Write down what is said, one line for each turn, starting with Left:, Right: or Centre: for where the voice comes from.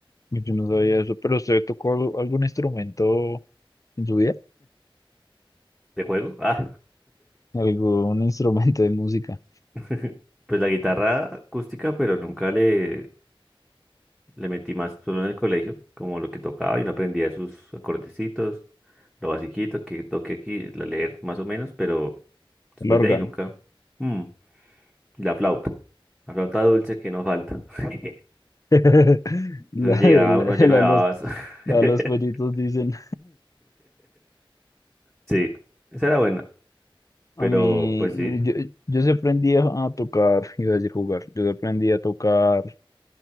Left: Yo no sabía eso, pero ¿usted tocó al- algún instrumento en su vida?
Centre: ¿de juego? Ah.
Left: ¿Algún <laughs> instrumento de música?
Centre: <laughs> Pues la guitarra acústica, pero nunca le, Le metí más solo en el colegio, como lo que tocaba, y no aprendía sus acordecitos, lo basiquito que toque aquí, la leer más o menos, pero después
Left: El órgano.
Centre: de ahí nunca. Mm, y la flauta, la flauta dulce que no falta. <laughs>
Left: <laughs> La,
Centre: Eso llegaba
Left: de- la,
Centre: uno lleno
Left: la
Centre: de
Left: de
Centre: babas.
Left: los, la
Centre: <laughs>
Left: de los pollitos dicen.
Centre: Sí, esa era buena,
Left: A
Centre: pero
Left: mí,
Centre: pues sí.
Left: yo, yo sí aprendí a a tocar, iba a decir jugar, yo sí aprendí a tocar